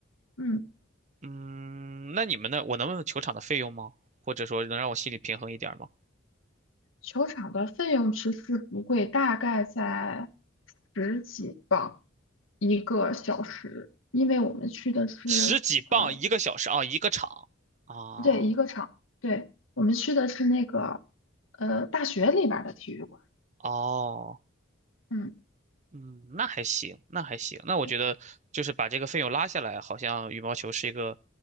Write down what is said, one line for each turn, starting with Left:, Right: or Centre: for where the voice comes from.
Left: 嗯。
Right: 嗯，那你们那，我能问问球场的费用吗？或者说能让我心里平衡一点儿吗？
Left: 球场的费用其实不贵，大概在十几磅一个小时，因为我们去的是呃，
Right: 十几磅一个小时啊，一个场啊，
Left: 不对，一个场，对，我们去的是那个呃大学里边儿的体育馆，
Right: 哦。
Left: 嗯，
Right: 嗯，那还行，那还行。那我觉得就是把这个费用拉下来，
Left: 对，
Right: 好像羽毛球是一个，